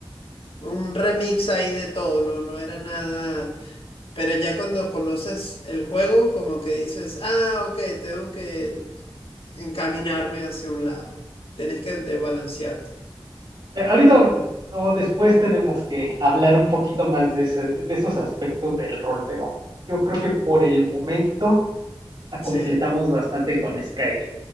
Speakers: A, on the left; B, on the right.
A: Un remix ahí de todo, no, no era nada Pero ya cuando conoces el juego, como que dices, ah, ok, tengo que encaminarme hacia un lado. Tienes que desbalancearte.
B: Eh, Ahorita o después tenemos que hablar un poquito más de, ese- de esos aspectos del rol, pero yo creo que por el momento la completamos
A: Sí,
B: bastante con Skyrim